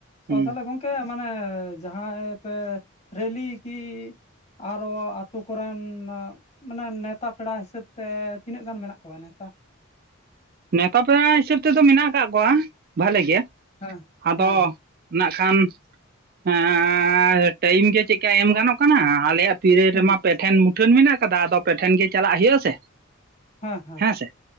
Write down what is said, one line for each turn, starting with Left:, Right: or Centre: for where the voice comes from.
Right: ᱦᱩᱸ
Left: ᱚᱻ ᱛᱟᱦᱚᱞᱮ ᱜᱚᱝᱼᱼ ᱠᱮ ᱢᱟᱱᱮ ᱡᱟᱦᱟᱸᱭ ᱯᱮ ᱨᱮᱞᱤ ᱠᱤᱼᱼ ᱟᱨᱚ ᱟᱛᱩ ᱠᱚᱨᱮᱱ ᱱᱟᱜᱼᱼ ᱢᱟᱱᱮ ᱱᱮᱶᱛᱟ ᱯᱮᱲᱟ ᱦᱤᱥᱟᱹᱵᱽᱛᱮ ᱛᱤᱱᱟᱹᱜ ᱜᱟᱱ ᱢᱮᱱᱟᱜ ᱠᱚᱣᱟ ᱱᱮᱶᱛᱟ?
Right: ᱱᱮᱣᱛᱟ ᱯᱮᱲᱟ ᱦᱤᱥᱟᱹᱵᱽ ᱛᱮᱫᱚ ᱢᱮᱱᱟᱜ ᱠᱟᱜ ᱠᱚᱣᱟ ᱵᱷᱟᱞᱮ ᱜᱮ
Left: ᱦᱮᱸ
Right: ᱟᱫᱚᱼᱼ
Left: ᱦᱮᱸ
Right: ᱱᱟᱜ ᱠᱷᱟᱱ ᱮᱸᱻᱭ‌ ᱴᱟᱹᱭᱤᱢ ᱜᱮ ᱪᱮᱜ ᱠᱟ ᱮᱢ ᱜᱟᱱᱚᱜ ᱠᱟᱱᱟ ᱟᱞᱮᱭᱟᱜᱼᱼ ᱯᱤᱨᱟᱹᱭ
Left: ᱦᱮᱸ
Right: ᱨᱮᱢᱟ ᱯᱮ ᱴᱷᱮᱱ ᱢᱩᱴᱷᱟᱹᱱ ᱢᱮᱱᱟᱜ ᱠᱟᱫᱟ ᱟᱫᱚ ᱯᱮ ᱴᱷᱮᱱ ᱜᱮ ᱪᱟᱞᱟᱜ ᱦᱩᱭᱩᱜ-ᱟ ᱥᱮ᱾
Left: ᱦᱚ ᱦᱚ
Right: ᱦᱮᱸ ᱥᱮ